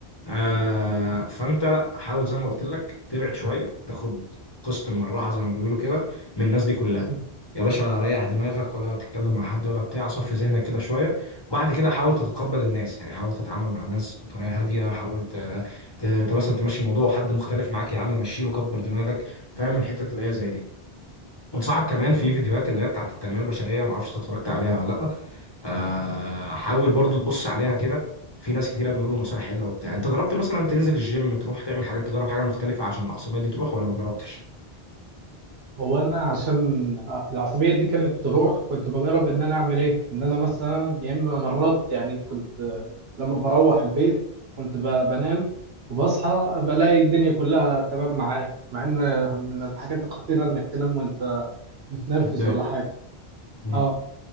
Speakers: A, on the left (about 25°); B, on the right (about 75°).
A: آه فانت حاول زي ما قلت لك تبعد شويه تاخد قسط من الراحه زي ما بيقولوا كده من الناس دي كلها
B: ده
A: يا باشا ريح دماغك ولا تتكلم مع حد ولا بتاع صفي ذهنك كده شويه بعد كده حاول تتقبل الناس يعني حاول تتعامل مع الناس بطريقه هاديه حاول ت... ت... ت- مثلا تمشي الموضوع حد مختلف معاك يا عم مشيله كبر دماغك فاهم الحتت اللي هي زي دي انصحك كمان في فيديوهات اللي هي بتاعت التنميه البشريه ما اعرفش انت اتفرجت عليها ولا لا آه حاول برضو تبص عليها كده في ناس كتيره بيقولوا نصايح حلوه وبتاع انت جربت مثلا تنزل الجيم تروح تعمل حاجه تجرب حاجه مختلفه عشان العصبيه دي تروح ولا ما جربتش؟
B: هو انا عشان آه، العصبيه دي كانت تروح كنت بجرب ان انا اعمل ايه ان انا مثلا يا اما مرات يعني كنت آه، لما بروح البيت كنت ب- بنام وبصحى بلاقي الدنيا كلها تمام معايا مع ان من الحاجات الخطيره انك تنام وانت متنرفز
A: متضايق.
B: ولا حاجه
A: مم.
B: اه